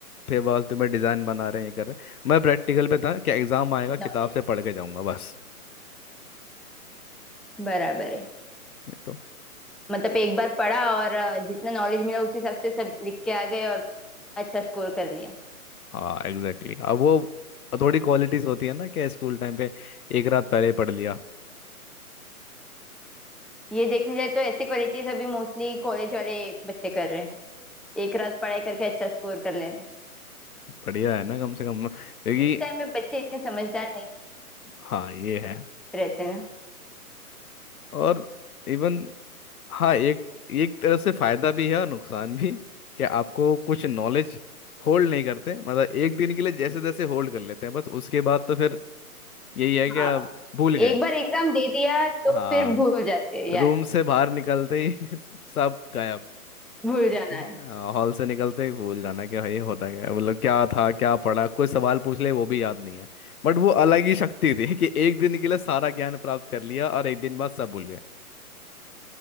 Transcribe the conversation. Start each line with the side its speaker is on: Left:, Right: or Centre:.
Left: फिर वाल तुम्हें डिजाइन बना रहे हैं ये कर रहे हैं मैं प्रैक्टिकल पे था कि एग्जाम आएगा किताब
Centre: नॉलेज
Left: से पढ़ के जाऊंगा बस
Centre: बराबर है
Left: नहीं तो
Centre: मतलब एक बार पढ़ा और अ, जितना नॉलेज मिला उस हिसाब से सब लिख के आ गए और अच्छा स्कोर कर लिया
Left: हाँ एग्जैक्टली exactly. अब वो थोड़ी क्वालिटीज होती है ना कि स्कूल टाइम पे एक रात पहले ही पढ़ लिया
Centre: ये देखने जाए तो ऐसे क्वालिटीज अभी मोस्टली कॉलेज वाले बच्चे कर रहे हैं एक रात पढ़ाई करके अच्छा स्कोर कर लेना
Left: बढ़िया है ना कम से कम क्योंकि
Centre: उस टाइम में बच्चे इतने समझदार नहीं
Left: हाँ ये है
Centre: रहते ना
Left: और इवन हाँ एक एक तरह से फायदा भी है और नुकसान भी कि आपको कुछ नॉलेज होल्ड नहीं करते मतलब एक दिन के लिए जैसे तैसे होल्ड कर लेते हैं बस उसके बाद तो फिर यही है कि
Centre: हाँ
Left: आप भूल गए
Centre: एक बार एग्जाम दे दिया तो
Left: हाँ
Centre: फिर भूल जाते हैं यार
Left: रूम से बाहर निकलते ही <laughs> सब गायब
Centre: भूल जाना
Left: हाँ,
Centre: है
Left: हॉल से निकलते ही भूल जाना कि भाई होता क्या है, मतलब क्या था क्या पढ़ा कोई सवाल पूछ ले वो भी याद नहीं है बट वो अलग ही शक्ति थी कि एक दिन के लिए सारा ज्ञान प्राप्त कर लिया और एक दिन बाद सब भूल गए